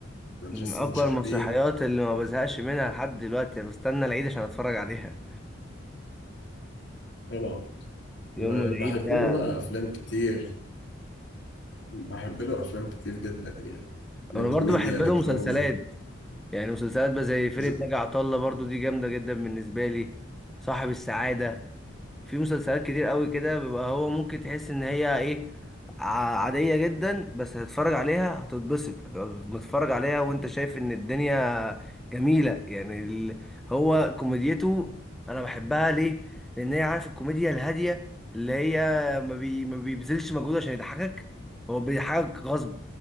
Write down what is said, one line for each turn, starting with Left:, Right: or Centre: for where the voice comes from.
Left: مدرسه
Centre: من أقوى
Left: المشاغبين
Centre: المسرحيات اللي ما بزهقش منها لحد دلوقتي أنا بستنى العيد عشان أتفرج عليها
Left: طبعا وبحب
Centre: يوم العيد ده
Left: له بقى افلام كتير بحب له افلام كتير جدا يعني من
Centre: أنا
Left: كوميديا
Centre: برضو بحب
Left: لدراما
Centre: له مسلسلات يعني مسلسلات بقى زي فرقة
Left: ز-
Centre: ناجي عطا الله برضو دي جامدة جدا بالنسبة لي صاحب السعادة في مسلسلات كتير قوي كده بيبقى هو ممكن تحس ان هي ايه ع- عادية جدا بس هتتفرج عليها هتتبسط هتبقى متفرج عليها وانت شايف ان الدنيا جميلة يعني ال... هو كوميديته انا بحبها ليه لان هي عارف الكوميديا الهادية اللي هي ما, بي... ما بيبذلش مجهود عشان يضحكك هو بيضحكك غصب